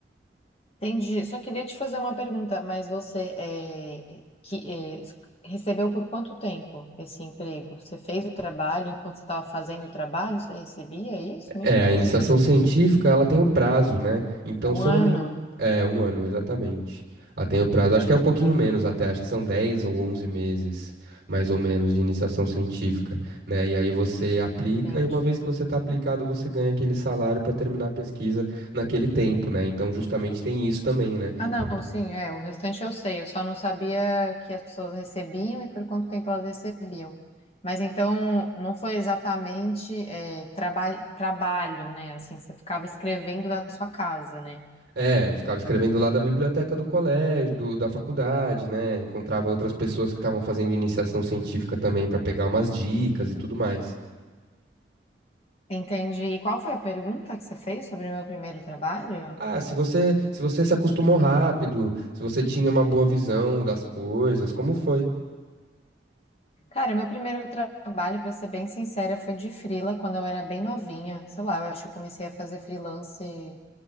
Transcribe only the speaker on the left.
Entendi. Só queria te fazer uma pergunta, mas você é, que, é, recebeu por quanto tempo esse emprego? Você fez o trabalho enquanto você estava fazendo o trabalho, você recebia isso? Não
entendi
direito.
Um
ano?
Ah,
tá.
Entendi.
Ah, não,
sim, é, o restante eu sei, eu só não sabia que as pessoas recebiam e por quanto tempo elas recebiam. Mas então não foi exatamente é, traba- trabalho, né? Assim, você ficava escrevendo da sua casa, né?
Entendi. E qual foi a pergunta que você fez sobre o meu primeiro trabalho?
Cara, meu primeiro tra- trabalho, pra ser bem sincera, foi de frila quando eu era bem novinha. Sei lá, eu acho que eu comecei a fazer freelance